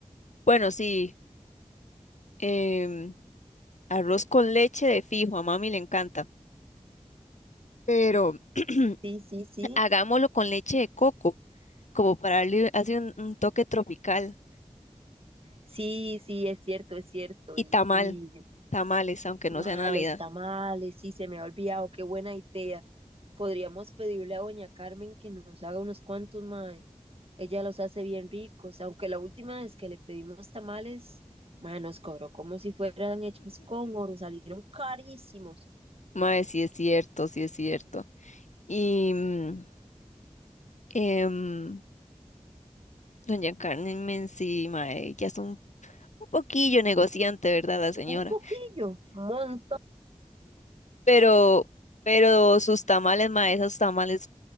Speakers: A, on the left; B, on the right.
A: Bueno, sí, em, arroz con leche de fijo, a mami le encanta, pero <clears throat>
B: Sí, sí, sí,
A: hagámoslo con leche de coco, como para darle así un, un toque tropical.
B: sí, sí, es cierto, es cierto.
A: Y
B: Y,
A: tamal,
B: y
A: tamales, aunque
B: ma,
A: no sea Navidad.
B: los tamales, sí, se me ha olvidado, qué buena idea. Podríamos pedirle a doña Carmen que nos haga unos cuantos, mae. Ella los hace bien ricos, aunque la última vez que le pedimos tamales, mae, nos cobró como si fueran hechos con oro, salieron carísimos.
A: Mae, sí es cierto, sí es cierto. Y... mm, em, Doña Carmen Menzi, mae, ya es un, un poquillo negociante, ¿verdad? La señora.
B: Un poquillo, un
A: Pero, pero sus tamales, mae, esos tamales